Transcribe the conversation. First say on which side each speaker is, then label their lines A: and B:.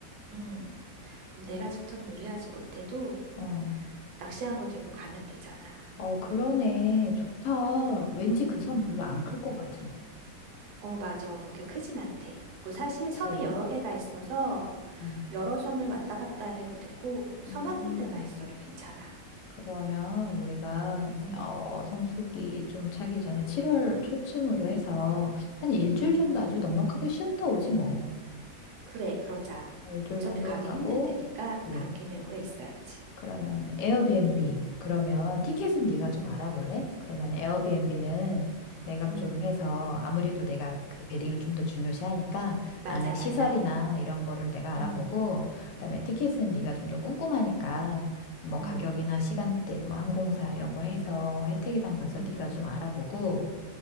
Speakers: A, on the right (about 75°); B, on the left (about 85°).
A: 음, 그럼 내가 직접 요리하지 못해도
B: 어.
A: 낚시한 거 들고 가면 되잖아.
B: 어, 그러네. 좋다.
A: 음.
B: 왠지 그 선
A: 음.
B: 별로 안 클 것 같은데.
A: 어, 맞아. 그렇게 크진 않대. 그
B: 그치.
A: 사실 섬이 여러 개가 있어서
B: 음,
A: 여러 섬을 왔다 갔다 해도 되고 섬
B: 음.
A: 한 군데만 있어도 괜찮아.
B: 그러면 우리가
A: 음,
B: 어, 성수기 좀 차기 전에 7월 초쯤으로 해서 한 일주일
A: 음.
B: 정도 아주 넉넉하게 쉬었다 오지 뭐.
A: 그래, 그러자.
B: 어, 일주일
A: 어차피
B: 정도
A: 가기
B: 가고,
A: 힘든 데니까
B: 그래.
A: 간 김에 오래 있어야지.
B: 그러면 에어비앤비. 그러면 티켓은 네가 좀
A: 음,
B: 알아볼래? 그러면 에어비앤비는
A: 음,
B: 내가
A: 음.
B: 좀 해서 아무래도 내가 그 베딩을 좀 더 중요시하니까
A: 맞아,
B: 안에 시설이나
A: 맞아.
B: 이런 거를 내가 알아보고
A: 음,
B: 그다음에 티켓은 네가 좀 더 꼼꼼하니까 뭐
A: 음,
B: 가격이나 시간대, 뭐 항공사 이런 거 해서 혜택이랑 봐서
A: 음,
B: 네가
A: 음,
B: 좀 알아보고